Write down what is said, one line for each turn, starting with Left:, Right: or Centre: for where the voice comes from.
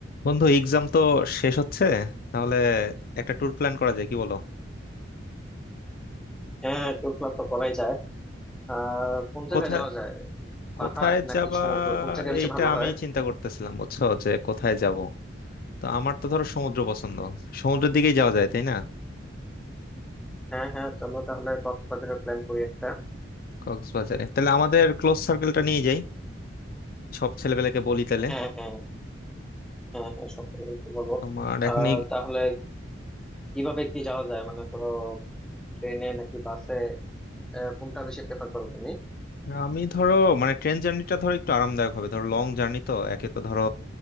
Left: বন্ধু এক্সাম তো শেষ হচ্ছে তাহলে একটা ট্যুর প্ল্যান করা যায় কি বলো
Centre: হ্যাঁ tour plan তো করাই যায় আর কোন জায়গায়
Left: কোথায়
Centre: যাওয়া যায় পাহাড়
Left: কোথায়
Centre: নাকি
Left: যাবা
Centre: সমুদ্র কোন জায়গায় বেশি
Left: এইটা
Centre: ভালো
Left: আমি
Centre: হয়
Left: চিন্তা করতেছিলাম বুঝছো যে কোথায় যাব তো আমার তো ধরো সমুদ্র পছন্দ সমুদ্রের দিকেই যাওয়া যায় তাই না
Centre: হ্যাঁ হ্যাঁ চলো তাহলে কক্সবাজারের প্ল্যান করি একটা
Left: কক্সবাজারে তাহলে আমাদের ক্লোজ সার্কেলটা নিয়ে যাই সব ছেলেপেলেকে বলি তাহলে
Centre: হ্যাঁ হ্যাঁ হ্যাঁ হ্যাঁ সব থেকে কিন্তু বলো
Left: তোমার
Centre: আর
Left: এখন
Centre: তাহলে কিভাবে কি যাওয়া যায় মানে কোনো ট্রেনে নাকি বাসে আহ, কোনটা বেশি প্রেফার করো তুমি
Left: আমি ধরো মানে ট্রেন জার্নিটা ধরো একটু আরামদায়ক হবে ধরো লং জার্নি তো একে তো ধরো